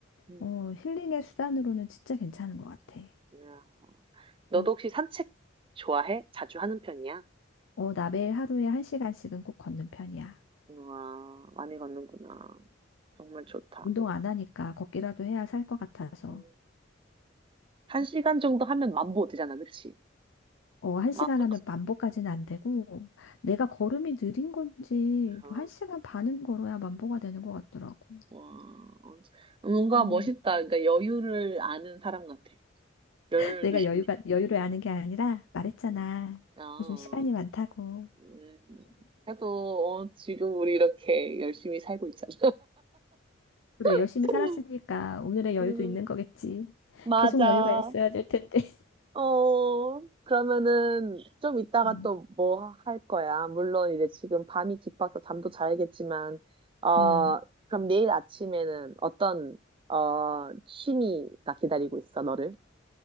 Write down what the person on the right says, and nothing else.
음.
야. 너도
혹시 산책 좋아해? 자주 하는 편이야?
우와, 많이 걷는구나. 정말 좋다.
음, 한 시간 정도 하면 만보 되잖아, 그치?
만보.
어,
와, 뭔가
멋있다. 그러니까 여유를 아는 사람 같아.
여유를
느끼.
음. 아,
음. 그래도 어, 지금 우리 이렇게 열심히 살고 있잖아.
<laughs>
음,
맞아.
어, 그러면은 좀 이따가
또 뭐 할 거야? 물론 이제 지금 밤이 깊어서 잠도 자야겠지만, 어,
그럼 내일 아침에는 어떤, 어, 취미가 기다리고 있어, 너를?